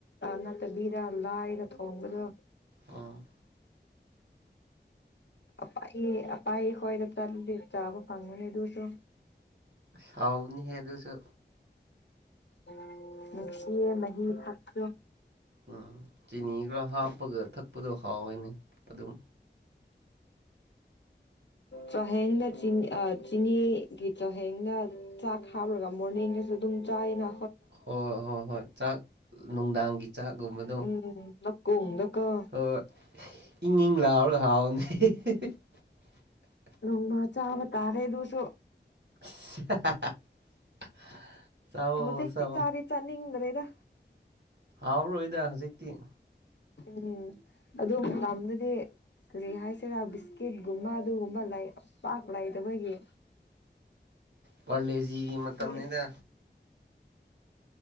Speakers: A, on the left; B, on the right.
A: ꯅꯠꯇꯕꯤꯔ ꯂꯥꯏꯔ ꯊꯣꯡꯕꯗꯣ
B: ꯎꯝ
A: ꯑꯄꯥ ꯑꯄꯥꯥꯏ ꯍꯗ ꯆ ꯆꯕ ꯉꯅ ꯌꯦ ꯑꯗꯨꯁꯨ
B: ꯁꯥꯎꯕꯅꯤ ꯍꯥꯏꯦ ꯑꯗꯨꯁꯨ
A: ꯎꯝ ꯅꯨꯡꯁꯤꯌꯦ ꯃꯍꯤ ꯊꯥꯛꯄꯣ
B: ꯎꯝ ꯆꯤꯅꯤ ꯈꯔ ꯍꯥꯞꯄꯒ ꯊꯛꯄꯗꯣ ꯍꯥꯎꯋꯦꯅ ꯑꯗꯨꯝ
A: ꯆꯍꯦꯡꯅ ꯆ ꯆꯤꯅꯤꯒꯤ ꯆꯍꯦꯡꯗ ꯆꯥꯛ ꯍꯥꯥꯞꯔꯒ ꯃꯣꯔꯅꯤꯡꯗꯁꯨ ꯑꯗꯨꯝ ꯆꯥꯏꯅ
B: ꯍ ꯍꯣ ꯍꯣꯏ ꯆꯥꯛ ꯅꯨꯡꯗꯥꯡꯒꯤ ꯆꯥꯛꯒꯨꯝꯕꯗꯣ
A: ꯎꯝ ꯅꯀꯨꯡꯗꯀꯣ
B: ꯍꯣꯏ ꯏꯪ ꯏꯪ ꯂꯥꯎ ꯍꯥꯎꯑꯣꯅꯦ <inaudible>
A: ꯂꯣꯡꯃ ꯆꯥꯕ ꯇꯔꯦ ꯑꯗꯨꯣꯁꯨꯣ
B: <inaudible>
A: ꯍꯧꯖꯤ
B: ꯆꯥꯎꯋꯣ
A: ꯆꯥꯔꯤ ꯆꯅꯤ ꯗꯔꯦꯗ
B: ꯍꯥꯎꯔꯣꯏꯗ ꯍꯧꯖꯤꯛꯇꯤ
A: ꯎꯝ ꯑꯗꯨ ꯃꯗꯗꯤ ꯀꯔꯤ ꯍꯥꯏꯁꯤꯔꯥ ꯕꯤꯁꯀꯤꯠꯀꯨꯝꯕ ꯑꯗꯨꯒꯨꯝꯕ ꯂꯩ ꯄꯥꯥꯛ ꯂꯏꯗꯕꯣꯏꯒꯤ
B: ꯄꯥꯂꯦꯖꯤꯒꯤ ꯃꯇꯝꯅꯤꯗ
A: ꯑꯁ